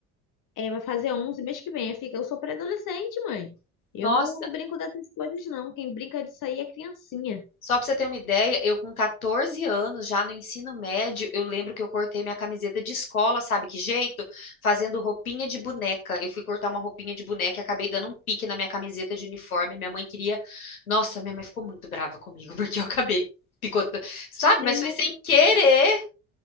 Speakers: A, on the left; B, on the left.
A: É, vai fazer 11 mês que vem. Aí Fica, eu sou pré-adolescente, mãe. Eu
B: Nossa,
A: não, não brinco dessas coisas, não. Quem brinca disso aí é criancinha.
B: Só pra você ter uma ideia, eu com 14 anos, já no ensino médio, eu lembro que eu cortei minha camiseta de escola, sabe que jeito? Fazendo roupinha de boneca. Eu fui cortar uma roupinha de boneca e acabei dando um pique na minha camiseta de uniforme. Minha mãe queria. Nossa, minha mãe ficou muito brava comigo, <laughs> porque eu acabei picotando. Sabe?
A: É,
B: Mas foi sem querer.